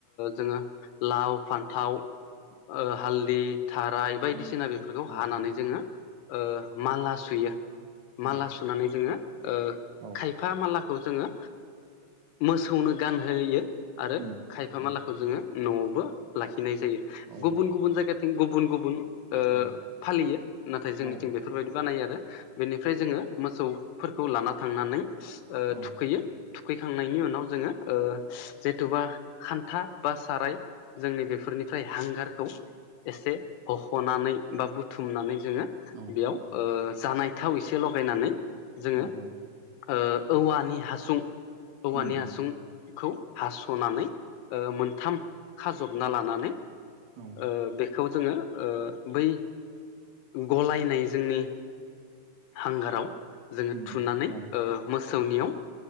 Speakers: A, on the left; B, on the right.
A: जोङो लाव फान्थाव हालदै, थाराय बायदिसिना
B: उम
A: बेफोरखौ हानानै
B: औ औ
A: जोङो माला सुयो।
B: औ
A: माला सुनानै जोङो। ओ
B: औ
A: खायफा मालाखौ जोङो मोसौनो गानहोयो। आरो
B: उम
A: खायफा
B: औ
A: मालाखौ जोङो न'आवबो लाखिनाय जायो।
B: औ
A: गुबुन
B: औ
A: गुबुन जायगाथिं थिं गुबुन गुबुन फालियो
B: औ
A: नाथाय जोंनिथिं
B: औ
A: बेफोरबायदि बानायो आरो। फ्राय जोङो मोसौफोरखौ लाना थांनानै
B: औ
A: थुखैयो। थुखैखांनायनि उनाव जोङो जेथुबा खान्था बा साराय जोंनि बेफोरनिफ्राय हांगारखौ एसे हख'नानै बा बुथुमनानै जोङो बेयाव
B: औ
A: जानाय थाव एसे लगायनानै जोङो
B: औ औ
A: ओ औवानि हासुं औवानि
B: उम उम
A: हासुं खौ हास'नानै मोनथाम खाजबना लानानै
B: औ
A: ओ बेखौ जोङो बै गलायनाय जोंनि हांगाराव जोङो
B: उम
A: थुनानै
B: उम औ
A: मोसौनियाव